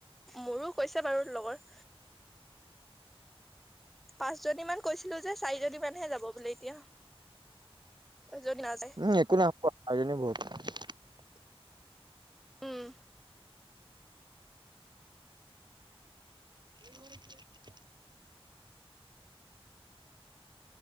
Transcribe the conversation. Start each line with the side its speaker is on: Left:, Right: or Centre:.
Centre: মোৰো কৈছে বাৰু লগৰ। পাঁচ জনী মান কৈছিলোঁ যে চাৰি জনী মানহে যাব বোলে এতিয়া। যদি নাযায়
Right: উম, একো নহয় কোৱা <unintelligible>
Centre: উম।
Right: <inaudible>